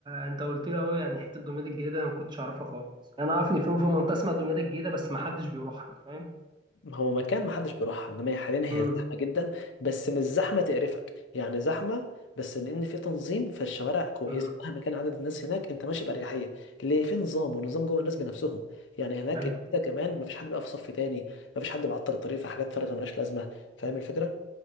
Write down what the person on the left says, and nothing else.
هو مكان محدش بيروحها انما هي حاليا
هي زحمه جدا بس مش زحمه تقرفك يعني زحمه بس لان في تنظيم فالشوارع كويسه
مهما كان عدد الناس هناك انت ماشي باريحيه ليه في نظام ونظام جوه الناس بنفسهم يعني هناك
انت كمان مفيش حد بيقف في صف تاني مفيش حد بيعطل الطريق في حاجات فارغه ملهاش لازمه فاهم الفكره